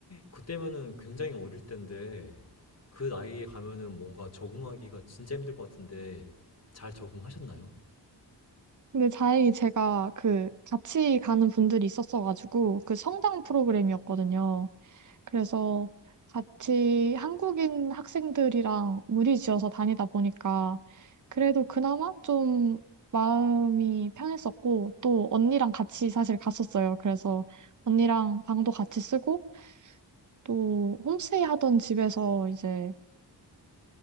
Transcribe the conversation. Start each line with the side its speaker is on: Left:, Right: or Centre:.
Left: 그때면은 굉장히 어릴 때인데, 그 나이에 가면은 뭔가 적응하기가 진짜 힘들 것 같은데, 잘 적응하셨나요?
Right: 근데 다행히 제가 그 같이 가는 분들이 있었어가지고, 그 성당 프로그램이었거든요. 그래서 같이 한국인 학생들이랑 무리지어서 다니다 보니까 그래도 그나마 좀 마음이 편했었고 또 언니랑 같이 사실 갔었어요. 그래서 언니랑 방도 같이 쓰고 또 홈스테이 하던 집에서 이제